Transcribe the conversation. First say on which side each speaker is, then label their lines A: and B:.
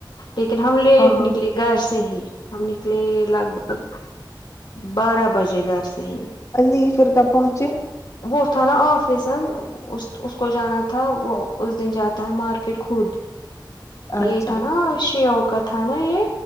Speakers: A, on the left; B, on the left.
A: لیکن ہم لیٹ
B: ہاں
A: نکلے گھر سے ہی ہم نکلیں گے لگ بھگ بارہ بجے گھر سے ہی
B: علی پھر کب پہنچے
A: وہ تھا نا آفس اس اس کو جانا تھا تھا وہ اس دن جاتا ہے مارکیٹ خود
B: اچھا
A: یہ تھا نا شیو کا تھا نا یہ